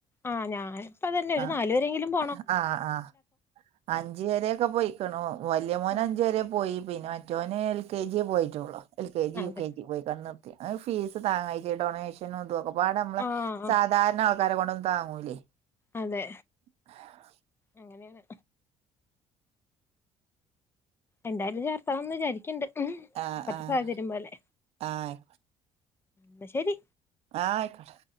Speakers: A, on the left; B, on the right.
A: ആഹ് ഞാന്പ്പതന്നെ ഒര്
B: ആഹ്
A: നാല് വരെങ്കിലും പോ
B: ആഹ് ആഹ് അഞ്ച് വരൊക്കെ പോയ്ക്ണു വല്യമോന്
A: ആഹ്
B: അഞ്ച് വരെ പോയി പിന്നെ മറ്റോന് എൽ കെജി പോയിറ്റൊള്ളു എൽ കെജി
A: അതെ
B: യുകെ പോയ്ക്കാണ്ട് നിർത്തി അഹ് ഫീസ് താങ്ങായ്റ്റ് ഡൊണേഷനുംതും ഒക്കെ പാടെ അമ്മളെ
A: ആഹ് ആഹ്
B: സാ ധാരണ ആൾക്കാരെ കൊണ്ടൊന്നും താങ്ങൂലേ
A: അതെ
B: <inaudible>
A: അങ്ങനെണ് എന്തായാലും ചേർത്തണം വിചാരിക്ക്ണ്ട് ഹ്
B: ആഹ്
A: അപ്പത്തെ
B: ആഹ്
A: സാഹചര്യം പോലെ
B: ആഹ്
A: പ്പ ശെരി
B: ആഹ് അയ്ക്കോട്ട്